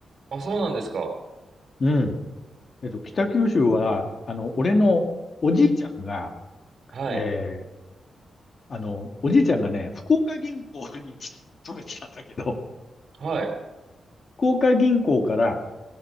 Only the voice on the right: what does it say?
あ、そうなんですか。
はい。
はい。